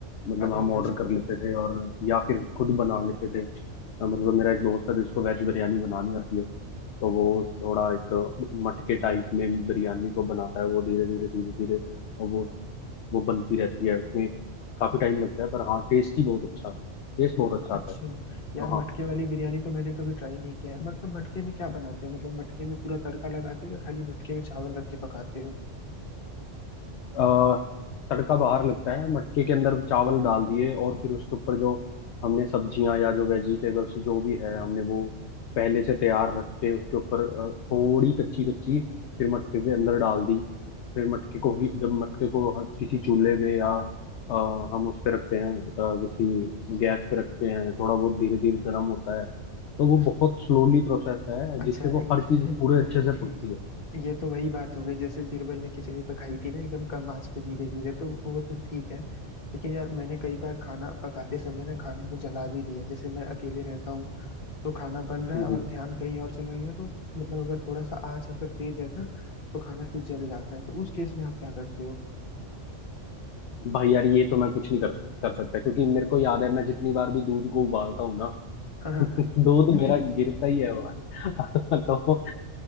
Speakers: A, on the left (about 70°); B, on the left (about 50°).
A: मतलब
B: हाँ,
A: हम
B: या
A: ऑर्डर
B: वैसे
A: कर लेते थे और या फिर खुद बना लेते थे अ, मतलब मेरा एक दोस्त है जिसको वेज बिरयानी बनानी आती है तो वो थोड़ा एक मटके टाइप में बिरयानी को बनाता है वो धीरे धीरे धीरे धीरे और वो वो बनती रहती है उसमें काफी टाइम लगता है पर हाँ टेस्ट ही बहुत अच्छा टेस्ट बहुत अच्छा
B: अच्छा
A: आता है
B: यार मटके वाली बिरयानी तो मैंने कभी ट्राई नहीं किया है मतलब मटके में क्या बनाते हो मतलब मटके में पूरा तड़का लगाते हो या खाली मटके में चावल रख के पकाते हो
A: अ, तड़का बाहर लगता है मटके के अंदर चावल डाल दिए और फिर उसके ऊपर जो हमने सब्जियां या जो वेजिटेबल्स जो भी है हमने वो पहले से तैयार रख के उसके ऊपर अ, थोड़ी कच्ची कच्ची फिर मटके के अंदर डाल दी फिर मटके को ही जब मटके को ह- किसी चूल्हे पे या अ, हम उस पे रखते हैं अ, किसी गैस पे रखते हैं थोड़ा बहुत धीरे धीरे गर्म होता है तो वो बहुत स्लोली प्रोसेस है
B: अच्छा
A: जिससे वो
B: ये
A: हर चीज
B: <laughs>
A: पूरे अच्छे से
B: ये
A: पकती है
B: ये तो वही बात हो गई जैसे बीरबल ने खिचड़ी पकाई थी ना एकदम कम आंच पे धीरे धीरे तो वो तो ठीक है लेकिन यार मैंने कई बार खाना पकाते समय ना खाने को जला भी दिया जैसे मैं अकेले रहता हूँ तो खाना बन रहा
A: हम्म,
B: है और
A: हम्म।
B: ध्यान कहीं और चला गया तो मतलब अगर थोड़ा सा आंच अगर तेज है ना तो खाना फिर जल जाता है तो उस केस में आप क्या करते
A: भाई यार ये तो मैं कुछ नहीं कर कर सकता क्योंकि मेरे को याद है मैं जितनी बार भी दूध को उबालता हूँ ना
B: हो
A: <laughs> दूध मेरा
B: <laughs>
A: गिरता
B: <laughs>
A: ही है बाहर <laughs> तो